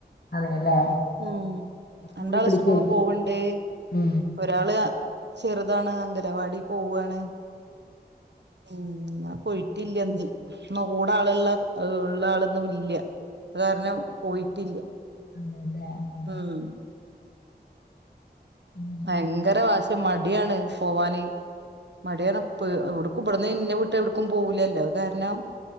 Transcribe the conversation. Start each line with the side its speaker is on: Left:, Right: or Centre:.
Left: അതെല്ലേ
Right: ഉം
Left: സ്കൂളിൽ
Right: രണ്ടാള്
Left: പഠിക്കുവായിരിക്കും
Right: സ്കൂള് പോവ്ണ്ട്
Left: ഉം
Right: ഒരാള് ചെറുതാണ് അംഗലവാടി പോവയാണ് ഉം ആ പോയിട്ടില്ല എന്ത് കൂടെ ആളുള്ള ഉള്ള ആളൊന്നും ഇല്ല അത് കാരണം പോയിട്ടില്ല
Left: <unintelligible>
Right: ഉം
Left: അങ്ങനെ
Right: ഭയങ്കര വാശി മടിയാണ് പോവാന് മടിയാണ്പ്പ എവിടക്കും ഇവിടന്ന് ഇന്നെ വിട്ട് എവിടക്കും പോവലല്ലോ കാരണം